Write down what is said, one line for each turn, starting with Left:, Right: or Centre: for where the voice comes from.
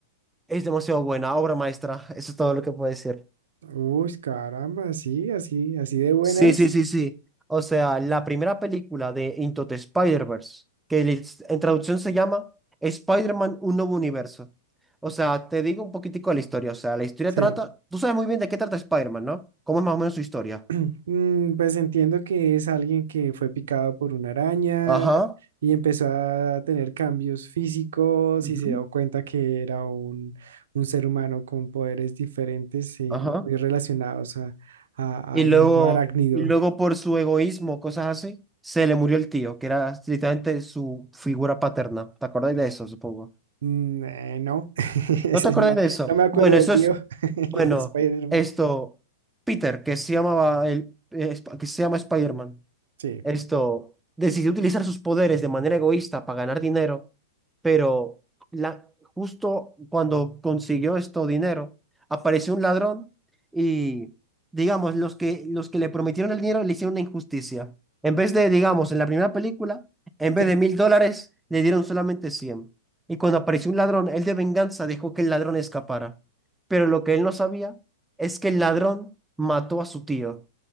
Centre: Es demasiado buena, obra maestra. Eso es todo lo que puedo decir.
Right: Uy, caramba, sí, así, así de buena
Centre: Sí,
Right: es.
Centre: sí, sí, sí. O sea, la primera película de Into the Spider-Verse, que le- en traducción se llama Spider-Man Un Nuevo Universo. O sea, te digo un poquitico de la historia. O sea, la historia
Right: Sí.
Centre: trata, tú sabes muy bien de qué trata Spider-Man, ¿no? ¿Cómo es más o menos su historia?
Right: <clears throat> Mm, Pues entiendo que es alguien que fue picado por una araña
Centre: Ajá,
Right: y empezó a tener cambios físicos
Centre: Ujú.
Right: y se dio cuenta que era un, un ser humano con poderes diferentes eh,
Centre: ajá.
Right: y muy relacionados a- a-
Centre: Y
Right: al
Centre: luego,
Right: mundo arácnido.
Centre: y luego por su egoísmo, cosas así, se le murió el tío, que era literalmente su figura paterna. ¿Te acordáis de eso, supongo?
Right: Mm, eh, no, <laughs> Ese
Centre: ¿No te acordáis
Right: no me,
Centre: de eso?
Right: no me acuerdo
Centre: Bueno,
Right: del
Centre: eso
Right: tío
Centre: es,
Right: <laughs> de
Centre: bueno,
Right: Spider-Man.
Centre: esto, Peter, que se llamaba el, eh, Sp- que se llama Spider-Man.
Right: Sí.
Centre: Esto decidió utilizar sus poderes de manera egoísta para ganar dinero, pero la, justo cuando consiguió esto dinero, apareció un ladrón y, digamos, los que, los que le prometieron el dinero le hicieron una injusticia. En vez de, digamos, en la primera película, en vez
Right: sí.
Centre: de mil dólares, le dieron solamente cien. Y cuando apareció un ladrón, él de venganza dejó que el ladrón escapara. Pero lo que él no sabía es que el ladrón mató a su tío